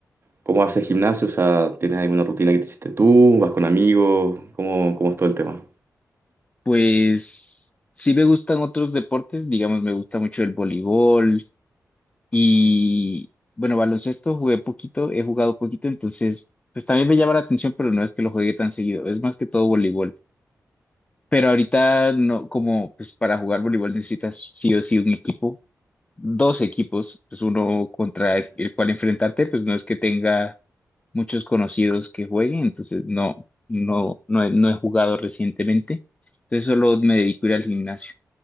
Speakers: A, on the right; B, on the left.
A: cómo haces gimnasio? O sea, ¿tienes alguna rutina que te hiciste tú? ¿Vas con amigos? ¿Cómo, cómo es todo el tema?
B: Pues sí me gustan otros deportes, digamos, me gusta mucho el voleibol y bueno, baloncesto jugué poquito, he jugado poquito, entonces pues también me llama la atención, pero no es que lo juegue tan seguido, es más que todo voleibol. Pero ahorita no, como pues para jugar voleibol necesitas sí o sí un equipo dos equipos, pues uno contra el, el cual enfrentarte, pues no es que tenga muchos conocidos que jueguen, entonces no, no, no he, no he jugado recientemente, entonces solo me dedico a ir al gimnasio